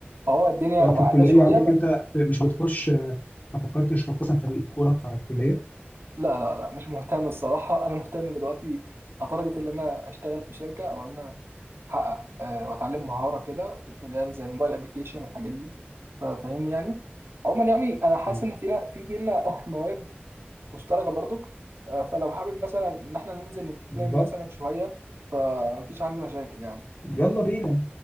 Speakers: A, on the right; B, on the left.
A: اه الدنيا
B: طب
A: معقده
B: في الكلية
A: شويه
B: عندك
A: بقت
B: انت مش بتخش آه، ما فكرتش تخش مثلا فريق الكورة بتاع الكلية؟
A: لا لا لا مش مهتم الصراحة أنا مهتم دلوقتي لدرجة إن أنا أشتغل في شركة أو إن أنا أحقق آه، وأتعلم مهارة كده اللي هي زي الموبايل أبلكيشن والحاجات دي ف- فاهم يعني عموما يعني أنا حاسس
B: مم.
A: إن فينا في بينا <laughs> مواهب مشتركة برضك آه، فلو حابب مثلا إن إحنا ننزل نتكلم
B: مم.
A: مثلا شوية فمفيش عندي مشاكل يعني
B: يلا بينا